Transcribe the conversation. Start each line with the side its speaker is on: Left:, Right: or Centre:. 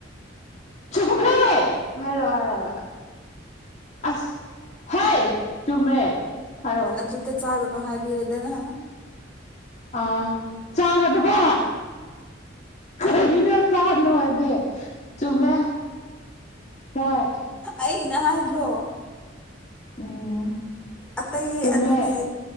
Left: ꯆꯨꯝꯃꯦꯦ ꯍꯥꯏꯔꯛꯑꯣ ꯍꯥꯏꯔꯑꯣ ꯑꯁ ꯍꯦ ꯆꯨꯝꯃꯦ ꯍꯥꯏꯔꯛꯑꯣ
Centre: ꯑꯗꯨꯗ ꯆꯥꯒ ꯍꯥꯏꯕꯤꯔꯦꯗꯅ
Left: ꯑꯥ ꯆꯥꯒꯗꯀꯣ ꯀꯩꯅꯣ ꯆꯥꯅꯣ ꯍꯥꯏꯗꯤ ꯆꯨꯝꯃꯦ ꯍꯣꯏ
Centre: ꯑꯩꯅ ꯍꯥꯏꯗ꯭ꯔꯣ
Left: ꯎꯝ
Centre: ꯑꯇꯩ
Left: ꯆꯨꯝꯃꯦ
Centre: ꯑꯗꯨꯒꯤ